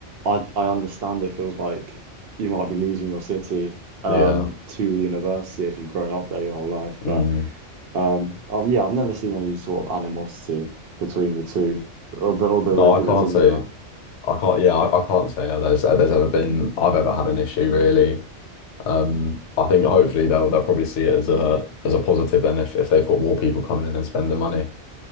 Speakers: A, on the right; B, on the left.
A: I I understand it feels like you might be losing your city um
B: yeah.
A: to the university if you've grown up there your whole life, but.
B: Mm.
A: Um, oh yeah, I've never seen any sort of animosity between the two other other regulars
B: No, I can't
A: and
B: say
A: the
B: I can't. Yeah, I, I can't say uh, there's uh, there's ever been I've ever had an issue really. Um, I think hopefully they'll they'll probably see it as a as a positive then if if they've got more people coming in and spending money.